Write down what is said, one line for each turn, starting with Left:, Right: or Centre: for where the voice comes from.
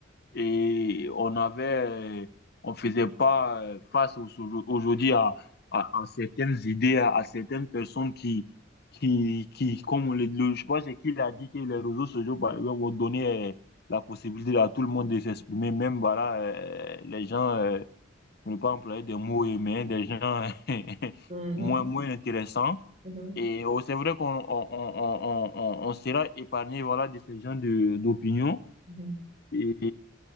Left: et on avait, on faisait pas euh, face au- aujourd'hui à, à, à certaines idées, à, à certaines personnes qui, qui, qui, comme on le, le- je pense qu'il a dit que les réseaux sociaux, par exemple, ont donné euh, la possibilité à tout le monde de s'exprimer, même voilà, euh, les gens, euh, pour ne pas employer des mots humains, des gens <laughs>
Right: Mhm,
Left: moins, moins intéressants.
Right: mhm.
Left: Et oh, c'est vrai qu'on on, on, on, on, on on sera épargné voilà, de ces gens de- d'opinion.
Right: Mhm.
Left: Et,